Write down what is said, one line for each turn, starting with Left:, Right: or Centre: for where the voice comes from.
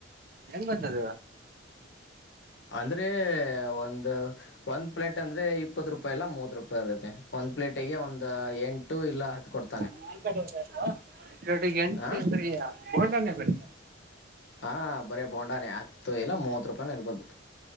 Right: ಹೆಂಗ ಗತ್ತದ
Left: ಅಂದ್ರೆ ಒಂದು ಒಂದ್ ಪ್ಲೇಟ್ ಅಂದ್ರೆ ಇಪ್ಪತ್ ರೂಪಾಯಿ ಇಲ್ಲ ಮೂವತ್ ರೂಪಾಯಿ ಇರುತ್ತೆ ಒಂದ್ ಪ್ಲೇಟಗೆ ಒಂದ್ ಎಂಟು ಇಲ್ಲಾ ಹತ್ತು ಕೊಡ್
Right: ನಾಲ್ ಕಡೆ ಇಲ್ವಾಡು ಎಂಟು
Left: ಹ
Right: ಅಂದ್ರೆ ಬೋಂಡಾನೆ ಕಡೆ
Left: ಹಾಂ ಬರೀ ಬೋಂಡಾನೆ ಹತ್ತು ಇಲ್ಲ ಮೂವತ್ತು ರೂಪಾಯನೂ ಇರ್ಬೋದು